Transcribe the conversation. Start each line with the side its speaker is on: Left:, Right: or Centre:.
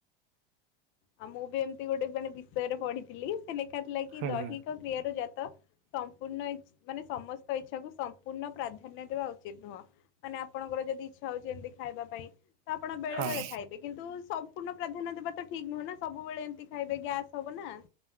Left: ଆଉ ମୁଁ ବି ଏମିତି ଗୋଟେ ଜଣେ ବିଷୟରେ ପଢିଥିଲି!। ଲେଖା ଥିଲା କି
Right: ହୁଁ।
Left: ଦୈହିକ
Right: ହୁଁ
Left: କ୍ରିୟାରୁ ଜାତ ସମ୍ପୂର୍ଣ୍ଣ ଇଛ୍ ମାନେ ସମସ୍ତ ଇଚ୍ଛାକୁ ସମ୍ପୂର୍ଣ୍ଣ ପ୍ରାଧାନ୍ୟ ଦେବା ଉଚିତ ନୁହଁ। ମାନେ ଆପଣଙ୍କର ଯଦି ଇଛା ଖାଉଛନ୍ତି ଖାଇବା ପାଇଁ ତ ଆପଣ ବେଳେ
Right: ହଁ
Left: ବେଳେ ଖାଇବେ। କିନ୍ତୁ ସମ୍ପୂର୍ଣ୍ଣ ପ୍ରାଧାନ୍ୟ ଦେବା ତ ଠିକ୍ ନୁହଁ ନା ସବୁବେଳେ ଏମତି ଖାଇବେ ଗ୍ୟାସ୍ ହବ ନା।